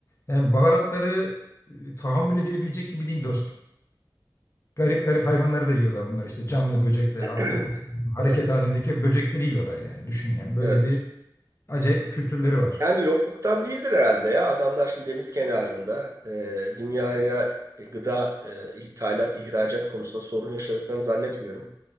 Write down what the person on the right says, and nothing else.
<clears throat>
Evet,
evet.
Yani yokluktan değildir herhalde ya. Adamlar şimdi deniz kenarında e, dünyaya e, gıda e, ithalat, ihracat konusunda sorun yaşadıklarını zannetmiyorum.